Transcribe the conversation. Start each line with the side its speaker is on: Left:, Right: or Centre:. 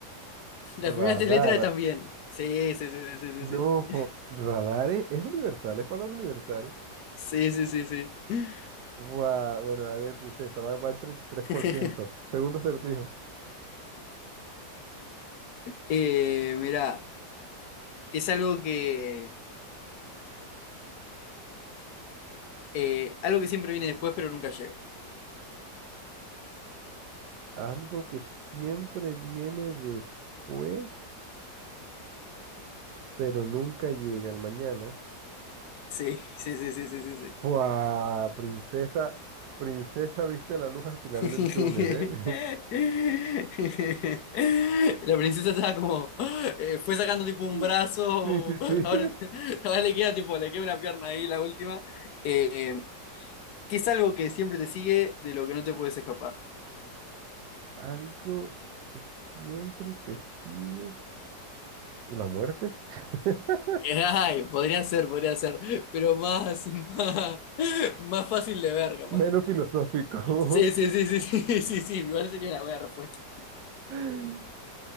Left: Las
Right: Radar,
Left: primeras tres letras están bien. Sí, sí, sí, sí,
Right: no,
Left: sí, sí.
Right: jo- radar es, es universal, es palabra universal.
Left: Sí, sí, sí, sí. sí.
Right: Guau, bueno, a ver, princesa, va, va al treinta y tres
Left: <laughs>
Right: por ciento Segundo acertijo.
Left: Eh, mirá, que es algo que eh, algo que siempre viene después, pero nunca llega.
Right: Algo que siempre viene después. pero nunca llega el mañana.
Left: Sí, <laughs> sí, sí, sí, sí, sí, sí.
Right: ¡Fua! Princesa, princesa, viste la luz al final
Left: <laughs>
Right: del túnel, ¿eh?
Left: La princesa estaba como, eh, fue sacando tipo un
Right: <laughs>
Left: brazo,
Right: Sí, sí,
Left: <laughs>
Right: sí.
Left: ahora,
Right: <laughs>
Left: ahora le queda tipo, le queda una pierna ahí, la última, eh, que es algo que siempre te sigue, de lo que no te puedes escapar.
Right: Algo que siempre te sigue. ¿La muerte? <laughs>
Left: Ay, podría ser, podría ser, pero más, más, más fácil de ver, capaz.
Right: Menos filosófico.
Left: Sí, sí, sí, sí, sí, <laughs> sí, sí, igual sería una buena respuesta.
Right: <laughs>